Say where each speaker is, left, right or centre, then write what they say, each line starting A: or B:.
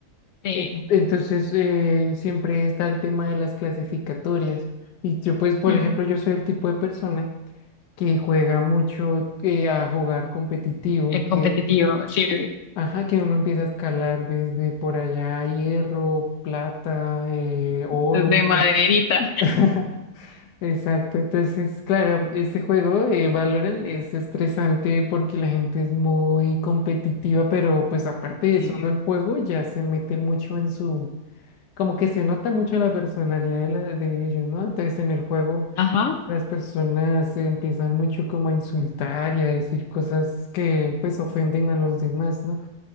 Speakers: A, on the left (about 65°); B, on the left (about 85°).
A: Sí,
B: eh, entonces eh, siempre está el tema de las clasificatorias. Y yo, pues, por
A: mm,
B: ejemplo, yo soy el tipo de persona que juega mucho eh, a jugar competitivo.
A: es competitivo,
B: eh,
A: sí,
B: Ajá, que uno empieza a escalar desde por allá, hierro, plata, eh, oro,
A: desde maderita.
B: pues, <laughs> exacto. Entonces, claro, este juego de Valorant es estresante porque la gente es muy competitiva, pero pues aparte de
A: sí
B: solo el juego, ya se mete mucho en su, como que se nota mucho la personalidad de, la- de ellos, ¿no? Entonces, en el juego,
A: ajá,
B: las personas se empiezan mucho como a insultar y a decir cosas que pues ofenden a los demás, ¿no?